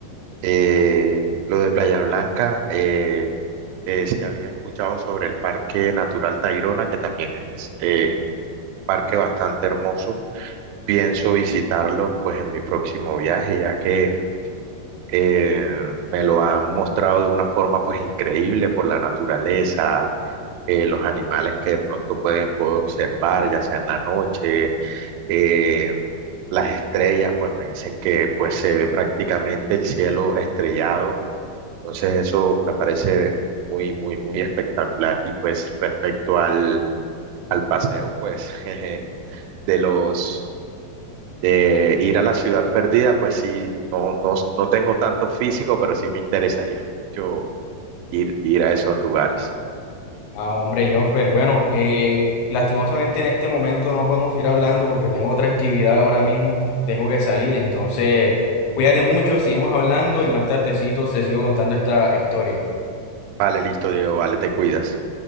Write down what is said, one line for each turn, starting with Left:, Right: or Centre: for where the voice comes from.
Right: eh, lo de Playa Blanca, eh, eh, sí había escuchado sobre el Parque Natural Tayrona, que también es eh, parque bastante hermoso pienso visitarlo pues en mi próximo viaje, ya que eh, me lo han mostrado de una forma pues increíble por la naturaleza, eh, los animales que de pronto puede- puedo observar, ya sea en la noche, eh, las estrellas, pues me dicen que pues se ve prácticamente el cielo estrellado, entonces eso me parece muy, muy, muy espectacular. Y pues respecto al, al paseo, pues... <laughs> jeje, de los de ir a la ciudad perdida, pues sí, no, no, no tengo tanto físico, pero sí me interesaría mucho ir, ir a esos lugares.
Left: Ah, hombre, Jonfer, bueno, eh, lastimosamente en este momento no podemos ir hablando porque tengo otra actividad ahora mismo, tengo que salir, entonces cuídate mucho, seguimos hablando y más tardecito te sigo contando esta historia.
Right: Vale, listo, Diego, vale, te cuidas.